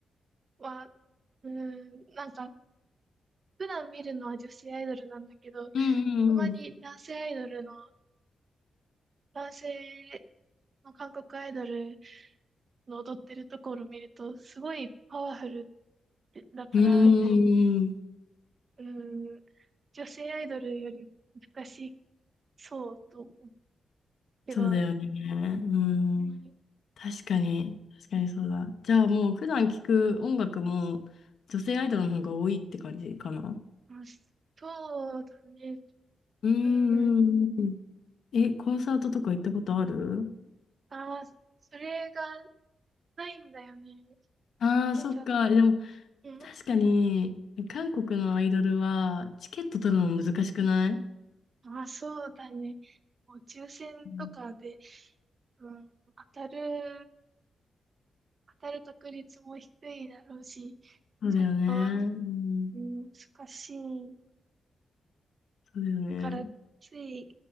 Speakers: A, on the right; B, on the left.
A: は、うーん、なんか、普段見るのは女性アイドルなんだけど、
B: うんうん
A: たまに男性アイドルの、男性の韓国アイドルの踊ってるところを見ると、すごいパワフルだから、
B: うん。うーん。
A: うーん、女性アイドルより難しそうと思うけど、
B: そうだよね。うん。
A: うん、
B: 確かに。確かにそうだ。じゃあもう普段聞く音楽も女性アイドルの方が多いって感じかな。
A: まあそうだね。
B: うんうんうん。
A: うん
B: え、コンサートとか行ったことある
A: ああ、それがないんだよね。
B: ああー、
A: コンサート。
B: そっか。えでも
A: うん。
B: 確かに韓国のアイドルはチケット取るの難しくない
A: ああ、そうだね。もう抽選とかで、
B: うん
A: うん、当たる、当たる確率も低いだろうし、
B: そうだよね。
A: ちょっと、
B: うん。
A: うん、難しい。
B: そうだよね。
A: だから、つい、